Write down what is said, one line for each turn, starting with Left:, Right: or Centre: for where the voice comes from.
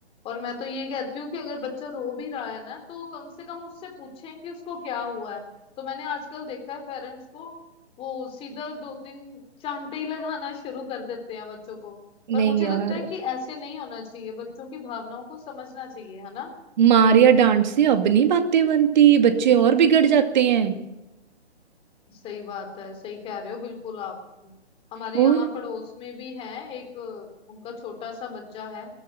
Left: और मैं तो ये कहती हूँ कि अगर बच्चा रो भी रहा है ना तो कम से कम उससे पूछें कि उसको क्या हुआ है तो मैंने आजकल देखा है पेरेंट्स को वो सीधा दो तीन चांटे ही लगाना शुरू कर देते हैं बच्चों को पर
Right: नहीं
Left: मुझे
Right: यार
Left: लगता है कि ऐसे नहीं होना चाहिए बच्चों की भावनाओं को समझना चाहिए है ना
Right: मार या डांट से अब नहीं बातें बनती बच्चे और बिगड़ जाते हैं
Left: सही बात है सही कह रहे हो बिल्कुल आप हमारे
Right: और
Left: यहाँ पड़ोस में भी है एक अ, उनका छोटा सा बच्चा है